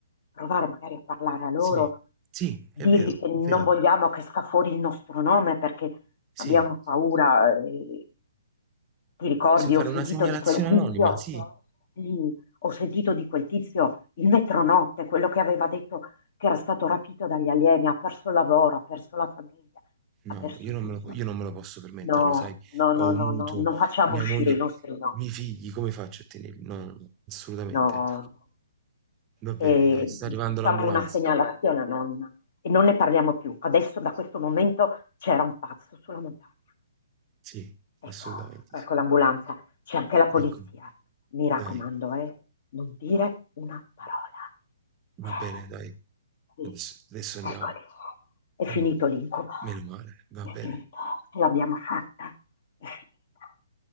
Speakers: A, on the left (about 55°); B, on the right (about 20°).
A: provare magari a parlare a loro,
B: Sì, sì,
A: dirgli
B: è vero,
A: che non
B: è vero.
A: vogliamo che sta fuori il nostro nome perché
B: Sì,
A: abbiamo paura. eh, ti ricordi,
B: possiamo fare
A: ho sentito
B: una segnalazione
A: di quel tizio,
B: anonima, sì.
A: sì, ho sentito di quel tizio il metronotte, quello che aveva detto che era stato rapito dagli alieni, ha perso il lavoro, ha perso la famiglia, ha
B: No,
A: perso
B: io non
A: tutto.
B: me lo, io non me lo posso permettere,
A: No,
B: lo sai,
A: no,
B: ho
A: no,
B: un
A: no,
B: mutuo,
A: no, non facciamo
B: mia
A: uscire
B: moglie,
A: i
B: i
A: nostri nomi,
B: miei figli, come faccio a tenerli? No, no, no, assolutamente.
A: no,
B: Va bene,
A: e
B: dai, sta arrivando
A: facciamo
B: l'ambulanza.
A: una segnalazione a nonna e non ne parliamo più. Adesso da questo momento c'era un pazzo sulla montagna.
B: Sì,
A: Ecco,
B: assolutamente
A: ecco
B: sì.
A: l'ambulanza, c'è anche la
B: Ecco.
A: polizia. Mi
B: Dai,
A: raccomando, eh, non dire una parola.
B: va
A: Eh,
B: bene, dai,
A: sì,
B: adesso, adesso
A: eccoli.
B: andiamo.
A: È finito
B: Mm.
A: l'incubo.
B: Meno male, va
A: È
B: bene,
A: finito. Ce l'abbiamo fatta. È finita.